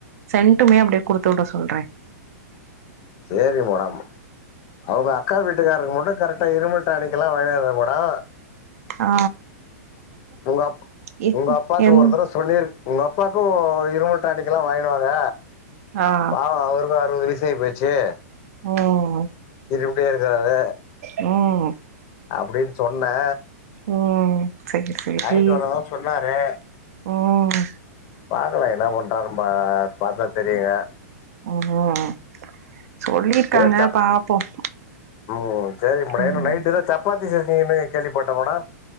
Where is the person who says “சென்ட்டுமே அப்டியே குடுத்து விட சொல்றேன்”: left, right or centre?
Right